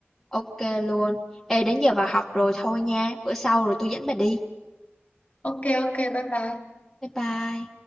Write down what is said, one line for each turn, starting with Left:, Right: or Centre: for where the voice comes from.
Centre: Ok luôn, ê đến giờ vào học rồi thôi nha, bữa sau rồi tôi dẫn bà đi,
Left: Ok ok bye bye.
Centre: bye bye